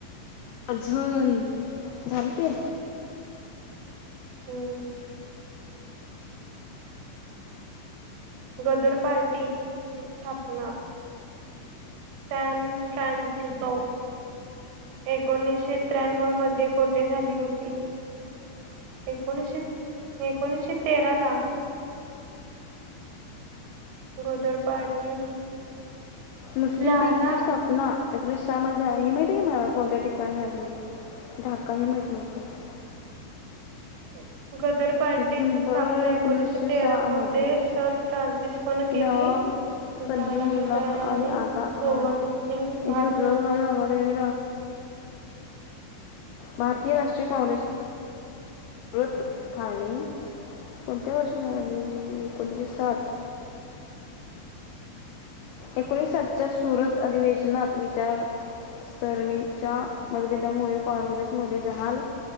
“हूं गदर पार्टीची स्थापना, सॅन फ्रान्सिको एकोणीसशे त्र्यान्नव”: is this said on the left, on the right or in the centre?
Right